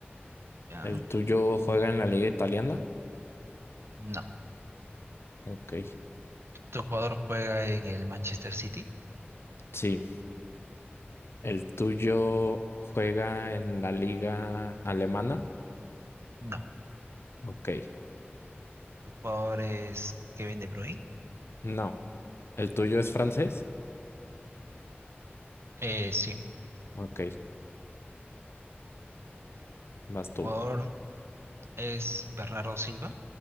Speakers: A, on the right; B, on the left.
A: Ya.
B: ¿El tuyo juega en la liga italiana?
A: No.
B: Ok,
A: ¿Tu jugador juega en el Manchester City?
B: sí. ¿El tuyo juega en la liga alemana?
A: No.
B: Ok,
A: ¿Tu jugador es Kevin De Bruyne?
B: no. ¿El tuyo es francés?
A: Eh, sí.
B: Ok, vas
A: ¿Tu
B: tú.
A: jugador es Bernardo Silva?